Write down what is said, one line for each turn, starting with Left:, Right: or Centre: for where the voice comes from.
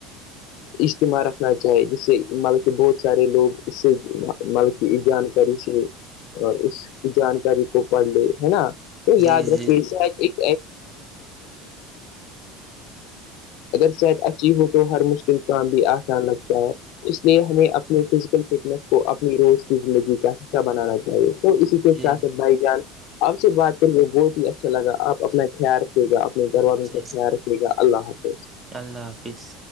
Left: اجتماع رکھنا چاہے جسے- بہت سارے لوگ اس سے ملک کی جانکاری سے- اور اس کی جانکاری کو پڑھ لے ہی نا تو
Right: جی
Left: یاد رکھیں-
Right: جی
Left: ایک اگر صحت اچھی ہو تو ہر مشکل کام بھی آسان لگتا ہے- اس لیے ہمیں اپنے فزیکل فٹنس کو اپنی روز کی زندگی کا حصہ بنانا چاہیے- اسی کے ساتھ
Right: جی
Left: بھائی جان اب سے بات کریں وہ بہت ہی اچھا لگا آپ
Right: جی
Left: اپنا خیال رکھھیے گا اپنے گھر والوں
Right: جی
Left: کا خیال رکھھیے گا اللہ حافظ-
Right: اللہ حافظ-